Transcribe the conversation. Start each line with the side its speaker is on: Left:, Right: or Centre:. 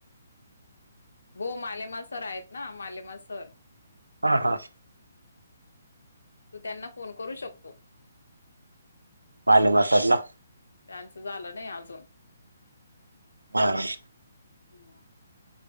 Left: हो. मालेमा सर आहेत. ना मालेमा सर.
Right: हां. हां.
Left: तू. त्यांना. फोन करू शकतो.
Right: पाले. मसाातला
Left: त्यांचं झालं. नाही. अजून
Right: हा. ह.
Left: हहा.